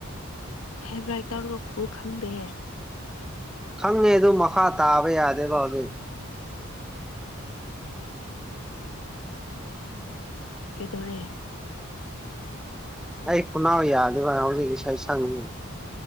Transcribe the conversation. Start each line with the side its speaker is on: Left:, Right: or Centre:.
Left: ꯐꯦꯕ꯭ꯔꯥꯏ ꯇꯧꯔꯨꯒ ꯐꯨ ꯈꯪꯗꯦ
Centre: ꯈꯪꯉꯦ ꯑꯗꯨ ꯃꯈꯥ ꯇꯥꯕ ꯌꯥꯗꯦꯕ ꯍꯧꯖꯤꯛ
Left: ꯀꯩꯗꯧꯔꯦ
Centre: ꯑꯩ ꯈꯨꯅꯥꯎ ꯌꯥꯗꯦꯕ ꯍꯧꯖꯤꯛ ꯏꯁꯩ ꯁꯪꯉꯕꯅꯤ